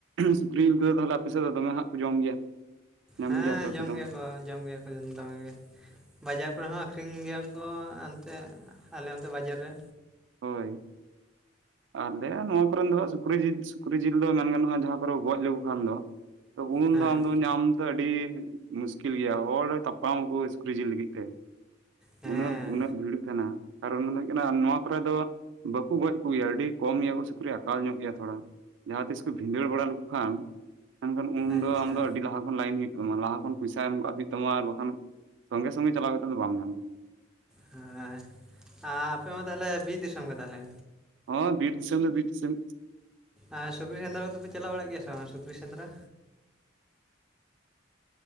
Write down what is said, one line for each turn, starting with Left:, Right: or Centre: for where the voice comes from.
Right: ᱥᱩᱠᱨᱤ ᱡᱤᱞ ᱠᱩᱫᱚ ᱛᱟᱞᱦᱮ ᱟᱯᱮ ᱥᱮᱜ ᱫᱚ ᱫᱚᱢᱮ ᱦᱟᱸᱜ ᱠᱩ ᱡᱚᱢ ᱜᱮᱭᱟ᱾ ᱧᱟᱢ
Centre: ᱦᱮᱸ
Right: ᱜᱮᱭᱟ ᱯᱮ ᱟᱯᱮ
Centre: ᱡᱚᱢ
Right: ᱫᱚ
Centre: ᱜᱮᱭᱟ ᱠᱚ ᱡᱚᱢ ᱜᱮᱭᱟ ᱠᱚ ᱫᱚᱢᱮ ᱜᱮ᱾ ᱵᱟᱡᱟᱨ ᱠᱚᱨᱮ ᱦᱚᱸ ᱟᱹᱠᱷᱨᱤᱧ ᱜᱮᱭᱟ ᱠᱚ ᱟᱱᱛᱮ ᱟᱞᱮ ᱚᱱᱛᱮ ᱵᱟᱡᱟᱨ ᱨᱮ᱾
Right: ᱦᱳᱭ ᱟᱞᱮ ᱱᱚᱣᱟ ᱠᱚᱨᱮᱱ ᱫᱚᱦᱟᱸ ᱥᱩᱠᱨᱤ ᱡᱤᱞ ᱥᱩᱠ ᱥᱩᱠᱨᱤ ᱡᱤᱞ ᱫᱚ ᱢᱮᱱ ᱜᱟᱱᱚᱜᱼᱟ ᱡᱟᱦᱟᱸ ᱠᱚᱨᱮ ᱠᱩ ᱜᱚᱡ ᱞᱤᱠᱩ ᱠᱷᱟᱱ ᱫᱚ ᱛᱚ ᱩᱱ
Centre: ᱦᱮᱸ
Right: ᱫᱚ ᱟᱢ ᱫᱚᱢ ᱧᱟᱢ ᱫᱚ ᱟᱹᱰᱤ ᱢᱩᱥᱠᱤᱞ ᱜᱮᱭᱟ ᱦᱚᱲ ᱛᱟᱯᱟᱢᱟᱠᱩ ᱥ ᱥᱩᱠᱨᱤ ᱡᱤᱞ ᱞᱟᱹᱜᱤᱜ ᱛᱮ
Centre: ᱦᱮᱸ
Right: ᱩᱱᱟᱹᱜ ᱩᱱᱟᱹᱜ ᱵᱷᱤᱲᱤᱜ ᱛᱟᱦᱮᱱᱟ ᱟᱨ ᱚᱱᱟ ᱫᱚ ᱦᱩᱭᱩᱜ ᱠᱟᱱᱟ ᱱᱚᱣᱟ ᱠᱚᱨᱟᱭ ᱫᱚ ᱵᱟᱠᱩ ᱜᱚᱡ ᱠᱚᱜᱮᱭᱟ ᱟᱹᱰᱤ ᱠᱚᱢ ᱜᱮᱭᱟ ᱠᱩ ᱥᱩᱠᱨᱤ ᱟᱠᱟᱞ ᱧᱚᱸᱜ ᱜᱮᱭᱟ ᱛᱷᱚᱲᱟ᱾ ᱡᱟᱦᱟᱸ ᱛᱤᱥ ᱠᱩ ᱵᱷᱤᱸᱫᱟᱹᱲ ᱵᱟᱲᱟ ᱞᱤᱠᱩ ᱠᱷᱟᱱ ᱢᱮᱱᱠᱷᱟᱱ ᱩᱱᱫᱚ
Centre: ᱟᱪᱪᱷᱟ
Right: ᱟᱢ ᱫᱚ ᱟᱹᱰᱤ ᱞᱟᱦᱟ ᱠᱷᱚᱱ ᱞᱟᱭᱤᱱ ᱦᱩᱭᱩᱜ ᱞᱟᱦᱟ ᱠᱷᱚᱱ ᱯᱚᱭᱥᱟ ᱮᱢ ᱠᱟᱜ ᱦᱩᱭ ᱛᱟᱢᱟ ᱟᱨ ᱵᱟᱠᱷᱟᱱ ᱥᱚᱸᱜᱮ ᱥᱚᱸᱜᱮ ᱪᱟᱞᱟᱣ ᱠᱟᱛᱮᱜ ᱫᱚ ᱵᱟᱢ ᱧᱟᱢᱼᱟ᱾
Centre: ᱦᱮᱸ ᱟᱯᱮ ᱟᱯᱮᱦᱚᱸ ᱛᱟᱦᱞᱮ ᱵᱤᱨ ᱫᱤᱥᱚᱢ ᱠᱜᱮ ᱛᱟᱞᱦᱮ
Right: ᱦᱚᱸ ᱵᱤᱨ ᱫᱤᱥᱟ. ᱢ ᱫᱚ ᱵᱤᱨ ᱫᱤᱥᱟᱹᱢ᱾
Centre: ᱟᱨ ᱥᱩᱠᱨᱤ ᱥᱮᱸᱱᱫᱟ ᱠᱚᱫᱚᱯᱮ ᱪᱟᱞᱟᱣ ᱵᱟᱲᱟᱜ ᱜᱮᱭᱟ ᱥᱮ ᱵᱟᱝ ᱥᱩᱠᱨᱤ ᱥᱮᱸᱫᱽᱨᱟ?